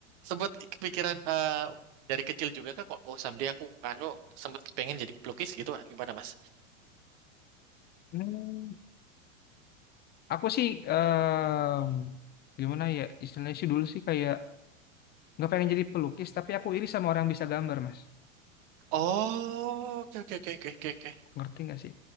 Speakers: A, on the right (about 50°); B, on the left (about 25°).
A: Sempet kepikiran eh, dari kecil juga kak kok oh someday aku anu sempet pengen jadi pelukis gitu gimana Mas?
B: hmm Aku sih em, gimana ya istilahnya sih dulu sih kayak nggak pengen jadi pelukis tapi aku iri sama orang yang bisa gambar mas
A: Oh, oke oke oke oke oke. oke.
B: ngerti nggak sih